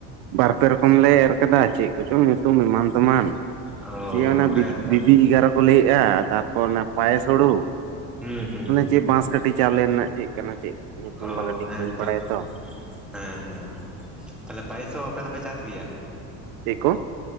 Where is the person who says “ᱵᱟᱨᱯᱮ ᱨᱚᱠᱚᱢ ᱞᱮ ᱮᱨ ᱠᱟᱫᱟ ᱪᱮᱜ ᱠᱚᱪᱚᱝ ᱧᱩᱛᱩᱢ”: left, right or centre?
Right